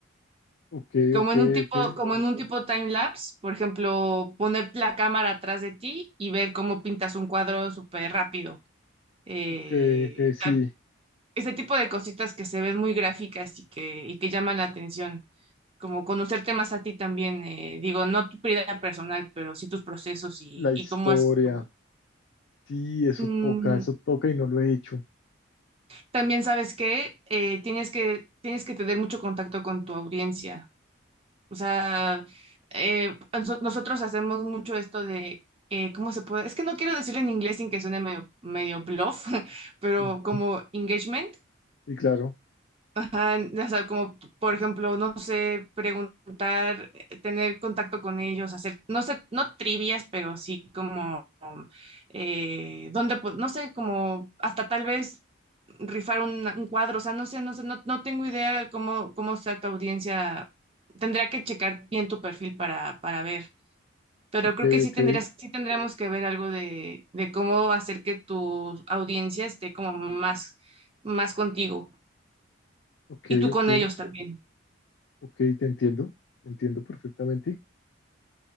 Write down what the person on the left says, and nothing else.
ok,
ok,
ok,
ok, ok, sí.
La historia.
Sí, eso
toca, eso toca y no lo he hecho.
Ujú.
Y claro,
ok,
ok,
ok,
ok,
ok, te entiendo, te entiendo perfectamente.